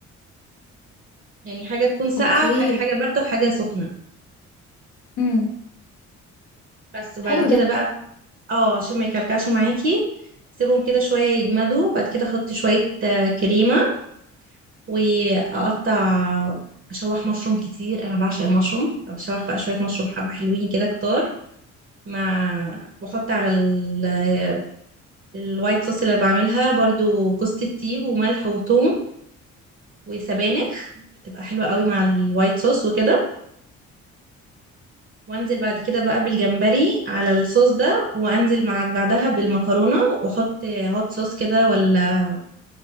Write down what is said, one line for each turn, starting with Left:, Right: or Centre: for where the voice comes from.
Right: يعني حاجه تكون ساقعه
Left: اوكي
Right: وحاجه بارده وحاجه سخنه
Left: امم
Right: بس وبعد
Left: حلو
Right: كده
Left: ده
Right: بقى اه عشان ما يكلكعش معاكي سيبهم كده شويه يجمدوا وبعد كده احط شويه آه، كريمه واقطع اشوح مشروم كتير انا بعشق المشروم اشوح بقى شويه مشروم حبه حلوين كده كتار مع بحط على ال... الوايت صوص اللي أنا بعملها برضو جوز الطيب وملح وثوم وسبانخ بتبقى حلوه قوي مع الوايت صوص وكده وانزل بعد كده بقى بالجمبري على الصوص ده وانزل مع بعدها بالمكرونه واحط هوت صوص كده ولا